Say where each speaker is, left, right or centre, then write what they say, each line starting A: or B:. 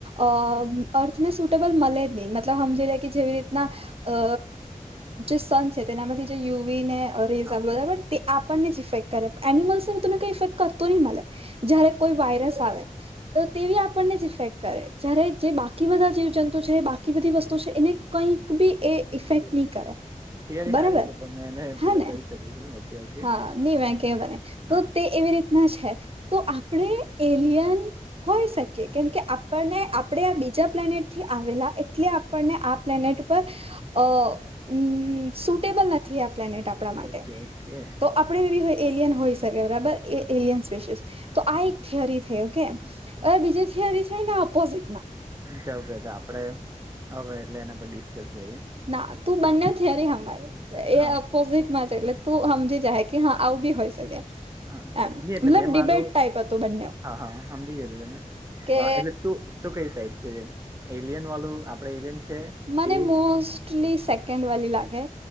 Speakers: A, on the right; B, on the right.
A: અ અર્થ ને સુટેબલ મળે જ નહી મ સમજી લે કે જેવી રીતના અ જે સન છે તેનામાંથી જે યુવીને ઓ
B: હા
A: બરાબર તે આપણને જ ફેક્ટ કરે એનિમલ્સ નને મ તને કઈઇફેક્ટ કરતોો ન મને જયારે કોઈ વાયરસ આવે તો તેવી આપણને જ ઇફેક્ટ કરે જયારે જે બાકી બધા જીવજંતુ છે બાકી બધી વસ્તુ છે એને કંઈક બી એ
B: ઓકે
A: ઇફેક્ટ
B: ઓકે
A: નહી કરે
B: થિયરી
A: બરાબર
B: સારી છે પણ મેં એને
A: હા
B: પેલું
A: ને
B: કરી શકું છું ઓકે ઓકે
A: હા નહી મે કેવું બને
B: હા
A: તો તે એવી રીતે ના છે તો આપણે એલિયન હોય શકે કેમકે આપણને આપણે આ બીજા પ્લાનેટ થી આવેલા એટલે આપણને આ પ્લેનેટ પર સુટેબલ નથી આપ પ્નેટ આપણા માટે
B: ઓકે ઓકે
A: તો આપણે બી બી હો એલિયન હોઈ શકે બરાબર એલિયન
B: હા
A: સ્પસીિસ. તો આ
B: હા
A: એક થિયોરી થઈ ઓકે.
B: ઓકે
A: એ બીજી થિયરી છે ને ઓપોઝિટ માં
B: ચૌ પ્ર આપડે હવે એટલે એના પર ડિસ્કસ કરીએ.
A: ના તું બંને થયરિ હાંબડ
B: હા
A: એ <unintelligible> <unintelligible> તું સમજી જા કે હા આવું બી હોઈ શકે
B: હા
A: એમ
B: નઈ એટલે
A: મતલબ
B: મેં
A: ડિબેટ
B: મારું
A: ટાઈપ હતું બંને
B: હા હા સમજી ગયું તમે
A: કે
B: પણ એટલે તું તું કઈ સાઈડ છે એલિયન વાળું આપડે એલિયન છે?
A: મને
B: તે
A: મોસ્ટલી સેકન્ડ વાલુ લાગે.